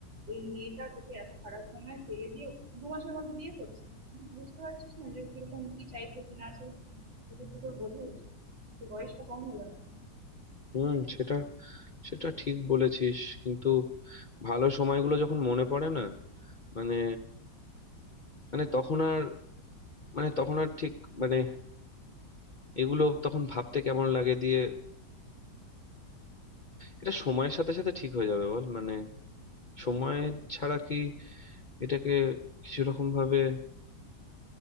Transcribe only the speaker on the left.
হুম সেটা সেটা ঠিক বলেছিস কিন্তু ভালো সময়গুলো যখন মনে পড়ে না মানে মানে তখন আর মানে তখন আর ঠিক মানে এগুলো তখন ভাবতে কেমন লাগে দিয়ে এটা সময়ের সাথে সাথে ঠিক হয়ে যাবে বল মানে সময় ছাড়া কি এটাকে কিছু রকম ভাবে